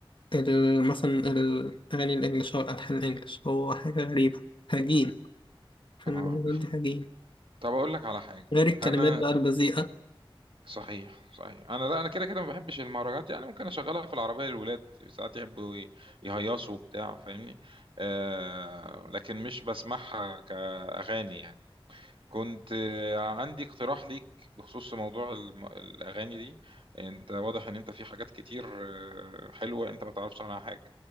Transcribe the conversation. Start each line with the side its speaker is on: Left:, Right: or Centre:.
Left: ال- مثلا الأغاني الإنجليش أو الألحان الإنجليش هو حاجة غريبة هجين في
Right: اه
Left: المهرجان دي هجين
Right: طب أقول لك على حاجة
Left: غير الكلمات
Right: أنا
Left: بقى البذيئة
Right: صحيح صحيح انا لا انا كده كده ما بحبش المهرجانات يعني ممكن اشغلها في العربيه للولاد ساعات يحبوا ي- يهيصوا وبتاع فاهمني آه لكن مش بسمعها كاغاني يعني كنت آه، عندي اقتراح ليك بخصوص موضوع الم... الاغاني دي انت واضح ان انت في حاجات كتير آه، حلوه انت ما تعرفش عنها حاجه